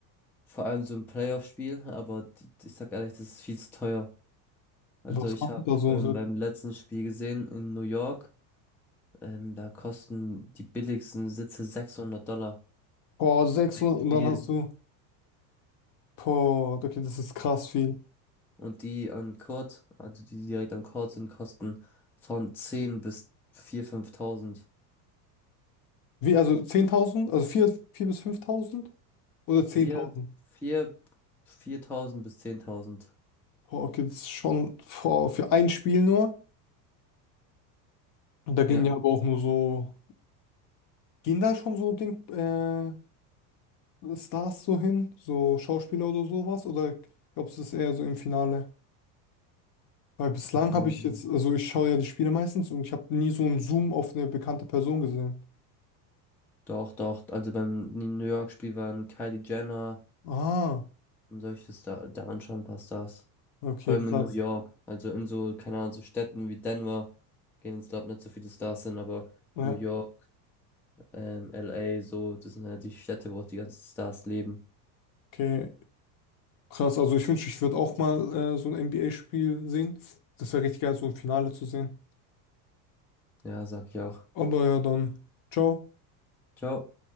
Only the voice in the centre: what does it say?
Vor allem so ein Playoff-Spiel, aber die, ich sag ehrlich, das ist viel zu teuer. Also
ich
habe
ähm,
beim letzten Spiel gesehen in New York, ähm, da kosten die billigsten Sitze 600 Dollar.
Spiel
Und die an Kord, also die direkt am Kord sind, kosten von 10 bis 4.000, 5.000.
vier vier viertausend bis 10.000.
Ja.
Ähm,
doch, doch. Also beim New York-Spiel waren Kylie Jenner
und solche Star da anschauen, passt das.
Vor allem
in New York. Also in so, keine Ahnung, so Städten wie Denver gehen jetzt, glaube ich, nicht so viele Stars hin, aber
New York, ähm, LA, so, das sind halt die Städte, wo auch die ganzen Stars leben.
Ja, sag ich auch.
Ciao.